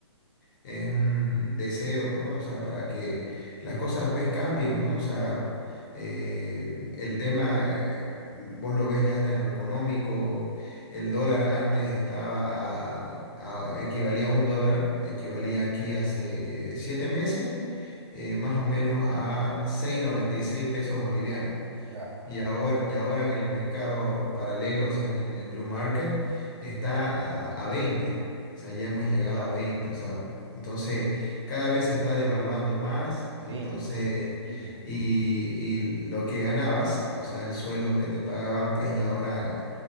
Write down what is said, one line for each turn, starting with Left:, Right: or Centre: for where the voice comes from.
Left: es un deseo, ¿no? O sea, para que las cosas pues cambien, ¿no? O sea, eh, el tema, eh, vos lo ves ya hasta en lo económico, el dólar antes estaba a, a- equivalía a un dólar, equivalía aquí hace siete meses, eh, más o menos a seis coma noventa y seis pesos bolivianos.
Right: Ya,
Left: Y ahora, y ahora en el mercado paralelo, o sea, en el, el blue market, está a, a 20. O sea, ya hemos llegado
Right: diablo.
Left: a veinte O sea, entonces cada vez se está devaluando más. Entonces,
Right: Sí, terrible.
Left: y, y lo que ganabas, o sea, el sueldo que te pagaban, pues ya ahora